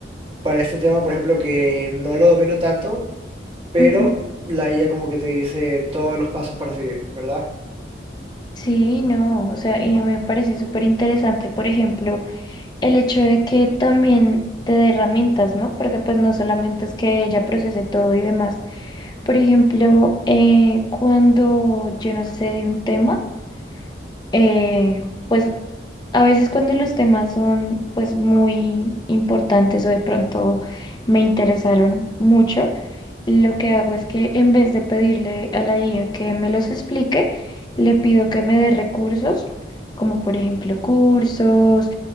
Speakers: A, on the right; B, on the left.
A: para este tema, por ejemplo, que no lo domino tanto, pero
B: Ujú.
A: la IA como que te dice todos los pasos para seguir, ¿verdad?
B: Sí, no, o sea, y a mí me parece súper interesante, por ejemplo, el hecho de que también te dé herramientas, ¿no? Porque pues no solamente es que ella procese todo y demás. Por ejemplo, eh, cuando yo no sé de un tema, eh, pues a veces cuando los temas son pues muy importantes o de pronto me interesaron mucho, lo que hago es que en vez de pedirle a la IA que me los explique, le pido que me dé recursos, como por ejemplo cursos,